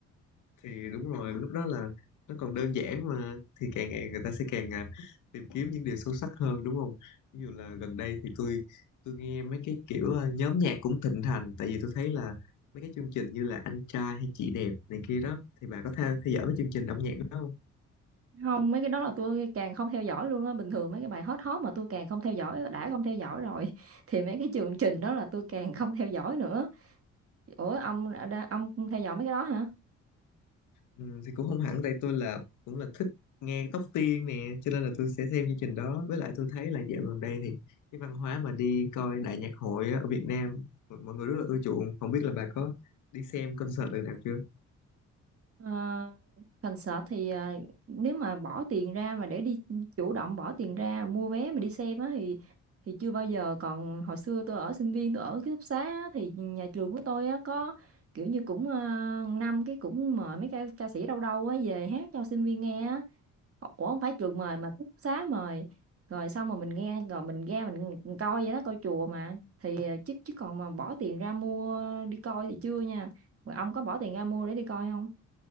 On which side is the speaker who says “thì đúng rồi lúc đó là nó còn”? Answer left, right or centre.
Left